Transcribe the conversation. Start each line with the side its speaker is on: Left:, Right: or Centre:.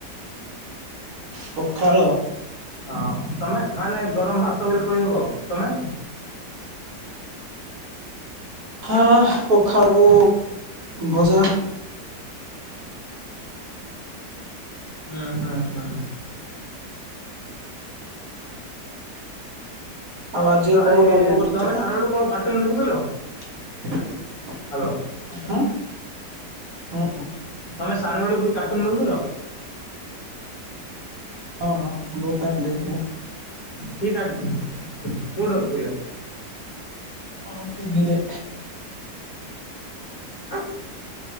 Right: ପଖାଳ
Left: ହଁ ତମେ ମାନେ ଗରମ ଭାତ ବୋଲି କହିହବ ଆ ତମେ
Right: ହଁ ପଖାଳକୁ ଭଜା।
Left: ହୁଁ ହୁଁ ହୁଁ
Right: ଆଉ ଆଜି
Left: ଏଇ
Right: କଣ କାମ କରିଛ?
Left: ତମେ <unintelligible> <unintelligible>
Right: <inaudible>
Left: ହ୍ୟାଲୋ
Right: ହଁ <inaudible> ହୁଁ।
Left: ତମେ ସାନବେଳକୁ କାର୍ଟୁନ ଦେଖୁଥିଲି।
Right: ହଁ <unintelligible>
Left: କି କାଟ କଉଠି ରଖିଥିଲା। <inaudible>
Right: ହଁ ଟି ଭି ରେ।
Left: ହୁଁ।